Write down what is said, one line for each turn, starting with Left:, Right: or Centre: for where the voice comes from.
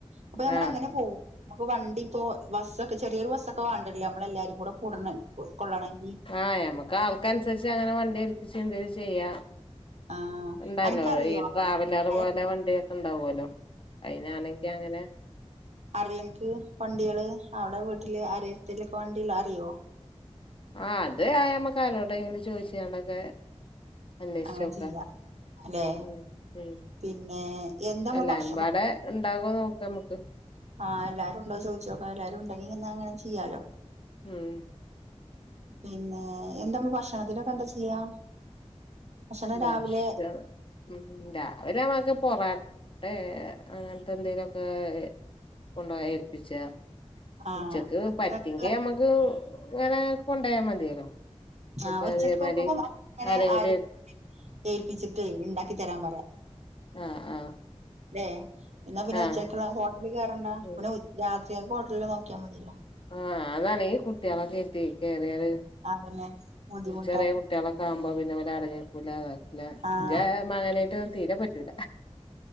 Right: അപ്പയമ്മളെങ്ങനെ
Left: ആഹ്
Right: പോവും നമ്മക്ക് വണ്ടിപ്പോ ബസ്സൊക്കെ ചെറിയോരു ബസ്സൊക്കെ വാണ്ടിയര്ല്ലേ അമ്മളെ എല്ലാരിം കൂടെ കൂടണെ കൊ കൊള്ളണെങ്കി
Left: ആഹ്ഞമക്ക് ആൾക്ക അനുസരിച്ച് അങ്ങനെ വണ്ടി ഏൽപ്പിച്ച് എന്തലും ചെയ്യാം
Right: ആഹ്
Left: ഉണ്ടാലോ
Right: അനക്കറിയോ
Left: ഈ ട്രാവലർ
Right: അവിടെ
Left: പോലെ വണ്ടിയൊക്കെ ഉണ്ടാവുമല്ലോ അയിനാണെങ്കിൽ അങ്ങനെ
Right: അറിയനിക്ക് വണ്ടികള് അവിടെ വീട്ടില് അരെടുത്തലക്കെ വണ്ടികള് അറിയുവോ
Left: ആഹ് അത് ആമ്മക്കലോടെങ്കിലും ചോയിച്ച് കണ്ടൊക്കെ അല്ലശോക്ക
Right: അങ്ങനെ ചെയ്യാ അല്ലെ
Left: ഉം ഉം
Right: പിന്നെ എന്താമ്മ
Left: എല്ലാരുംപാടെ
Right: ഭക്ഷ
Left: ഇണ്ടാകോ നോക്കാ നമ്മക്ക്
Right: <unintelligible> ആഹ് എല്ലാരുംണ്ടോചോദിച്ചോക്ക എല്ലുരുണ്ടെങ്കി ഇങ്ങ അങ്ങനെ ചെയ്യാലോ
Left: ഉം
Right: പിന്നെ എന്താമ്മ ഭക്ഷണത്തിനൊക്കെ എന്താ ചെയ്യാ ഭക്ഷണം
Left: ഭക്ഷ
Right: രാവിലെ
Left: ഉം രാവിലെ മക്ക് പൊറാട്ടെ അങ്ങൻത്തെ ന്തെലൊക്കെ കൊണ്ട ഏൽപ്പിച്ചാ
Right: ആഹ്
Left: ഉച്ചക്ക്
Right: ഉച്ചക്കുള്ള
Left: പറ്റിങ്കെ അമ്മക്ക് വേണേ കൊണ്ടോയാ മതിയല്ലോ. ഇനിപ്പ
Right: ആ് ഉച്ചക്ക്
Left: അതേമാതിരി
Right: <inaudible> അങ്ങനെ
Left: ആരെങ്കിലും
Right: ആരെ ഏൽപ്പിച്ചിട്ടെ ണ്ടാക്കി തരാൻ പറയാ
Left: ആഹ് ആഹ്
Right: ല്ലേ എന്നാ പിന്നെ
Left: ആഹ്
Right: ഉച്ചക്ക്ള്ള ഹോട്ടല് കേറണ്ട
Left: ഉം
Right: പിന്ന രാത്രിയക്കെ ഹോട്ടല്ല് ക്കാ മതിയല്ലോ
Left: ആഹ് അതാണെ ഈ കുട്ട്യേളൊക്കെറ്റ് കേറിയാല്
Right: അതന്നെ ബുദ്ധിമുട്ടാ
Left: ചെറിയ കുട്ടികളൊക്കാവുമ്പോ പിന്നെ ഓലട്ങ്ങിക്കൂല കേക്കൂല്ല
Right: ആഹ്
Left: ജേ മണെലേറ്റൊ തീരെ പറ്റൂല.